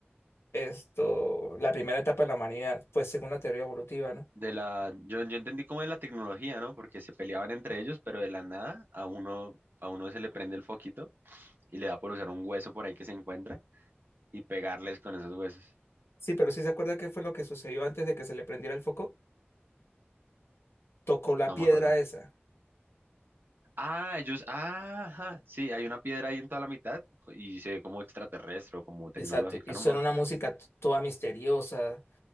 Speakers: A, on the left; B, on the right.
A: esto, la primera etapa de la humanidad, pues según la teoría evolutiva, ¿no?
B: de la, yo, yo entendí como de la tecnología, ¿no? Porque se peleaban entre ellos, pero de la nada a uno, a uno se le prende el foquito y le da por usar un hueso por ahí que se encuentra y pegarles con esos huesos.
A: Sí, pero sí se acuerda qué fue lo que sucedió antes de que se le prendiera el foco. Tocó la
B: No
A: piedra
B: me acuerdo.
A: esa.
B: Ah, ellos, ah, ajá, sí, hay una piedra ahí en toda la mitad y se ve como extraterrestre o como tecnológica,
A: Exacto. Y
B: ¿no?
A: suena
B: man?
A: una música t- toda misteriosa.